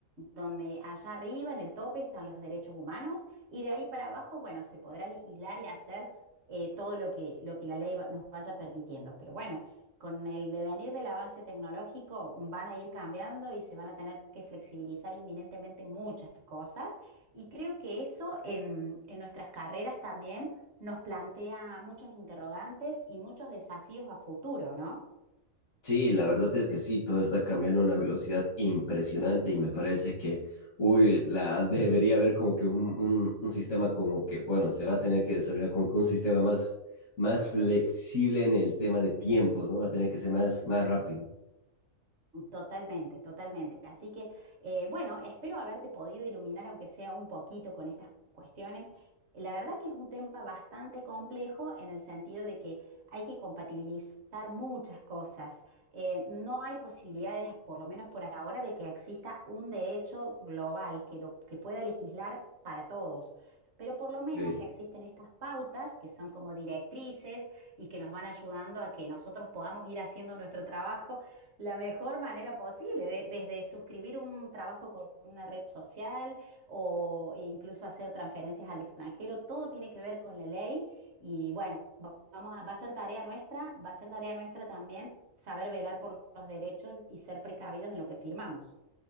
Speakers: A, on the right; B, on the left.
A: donde allá arriba en el tope están los derechos humanos y de ahí para abajo, bueno, se podrá legislar y hacer eh, todo lo que, lo que la ley va- nos vaya permitiendo. Pero bueno, con el devenir del avance tecnológico van a ir cambiando y se van a tener que flexibilizar inminentemente muchas cosas y creo que eso en en nuestras carreras también nos plantea muchos interrogantes y muchos desafíos a futuro, ¿no?
B: Sí, la verdad es que sí, todo está cambiando a una velocidad impresionante y me parece que, uy, la, <laughs> debería haber como que un, un- un sistema como que, bueno, se va a tener que desarrollar como que un sistema más, más flexible
A: Mm.
B: en el tema de tiempos, ¿no? Va a tener que ser más, más rápido.
A: Totalmente, totalmente. Así que, eh, bueno, espero haberte podido iluminar, aunque sea un poquito, con estas cuestiones. La verdad que es un tema bastante complejo en el sentido de que hay que compatibilizar muchas cosas. Eh, no hay posibilidades, por lo menos por ahora, de que exista un derecho global que, lo, que pueda legislar para todos. Pero por lo menos
B: Ok.
A: existen estas pautas que son como directrices y que nos van ayudando a que nosotros podamos ir haciendo nuestro trabajo la mejor manera posible, de- desde suscribir un trabajo con una red social o incluso hacer transferencias al extranjero, todo tiene que ver con la ley y bueno, va- vamos a- va a ser tarea nuestra, va a ser tarea nuestra también saber velar por los derechos y ser precavidos en lo que firmamos.